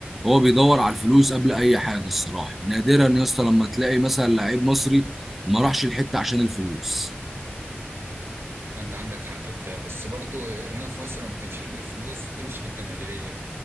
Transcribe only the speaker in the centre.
هو بيدور على الفلوس قبل اي حاجه الصراحه نادرا يا اسطى لما تلاقي مثلا لعيب مصري ما راحش الحته عشان الفلوس